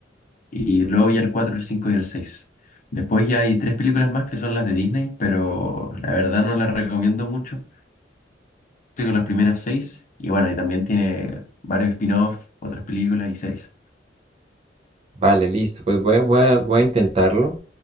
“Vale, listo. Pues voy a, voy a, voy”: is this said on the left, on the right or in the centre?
Right